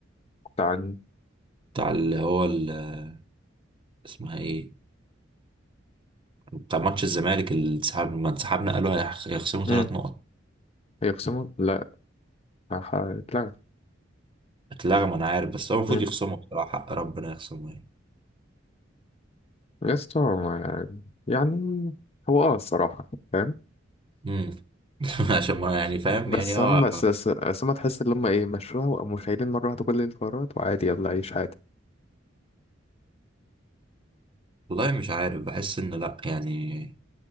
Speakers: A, on the left (about 30°); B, on the right (about 25°).
A: كنت عن
B: بتاع اللي هو ال- اسمها إيه بتاع ماتش الزمالك اللي انسحب ما انسحبنا قالوا هيخ- هيخصموا
A: امم
B: تلات نقط
A: هيقسموا لا هتلغى
B: اتلغم أنا عارف بس هو المفروض
A: امم
B: يخصموا بصراحة حق ربنا يخصموا يعني
A: يا اسطى ما- يعني هو اه الصراحه فاهم
B: امم <laughs> عشان ما يعني فاهم
A: بس
B: يعني
A: هم
B: هو
A: بس بس بس هم تحس ان هم ايه مشروع وقاموا شايلين مره واحده كل القرارات وعادي يلا عيش عادي
B: والله مش عارف بحس إن لأ يعني